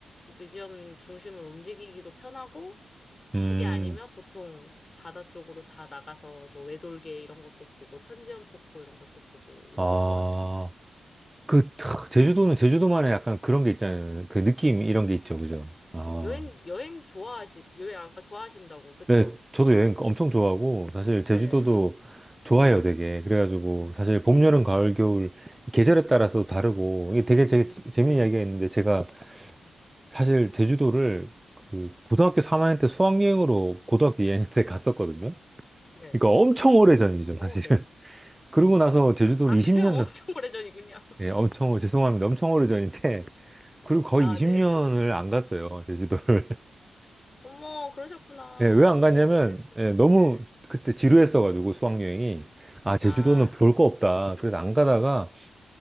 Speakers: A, on the left (about 35°); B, on the right (about 15°).
A: 뮤지엄 중심을 움직이기도 편하고,
B: 음.
A: 그게 아니면 보통 바다 쪽으로 다 나가서 뭐, 외돌개 이런 것도 보고, 천지연 폭포 이런 것도 보고, 이런
B: 아,
A: 거 좋아해요.
B: 그, 탁, 제주도는 제주도만의 약간 그런 게 있잖아요. 그 느낌
A: 맞아요.
B: 이런 게 있죠, 그죠? 아,
A: 여행, 여행 좋아하시, 여행 아까 좋아하신다고, 그쵸?
B: 네. 저도 여행 엄청 좋아하고, 사실 제주도도
A: 네.
B: 좋아해요, 되게. 그래가지고,
A: 음,
B: 사실 봄, 여름, 가을, 겨울, 이 계절에 따라서 다르고, 이게 되게, 되게
A: 음,
B: 재미있는 이야기가 있는데, 제가
A: 음.
B: 사실 제주도를 그 고등학교 3학년 때 수학여행으로 고등학교 2학년 때 갔었거든요.
A: 네.
B: 그러니까 엄청 오래전이죠,
A: 어,
B: 사실.
A: 네.
B: <laughs> 그러고 나서 제주도를
A: 아, <laughs> 아, 그래요?
B: 20년,
A: 엄청
B: 넘-
A: 오래전이군요.
B: 예, 엄청, 죄송합니다. 엄청 오래전인데, <laughs> 그리고 거의
A: 아,
B: 20년을
A: 네.
B: 안 갔어요, 제주도를. <laughs>
A: 어머, 그러셨구나.
B: 예, 왜 안
A: 이조인데.
B: 갔냐면, 예, 너무
A: 네.
B: 그때 지루했어가지고 수학여행이. 아, 제주도는
A: 아,
B: 볼 거 없다. 그래서 안 가다가,
A: 아,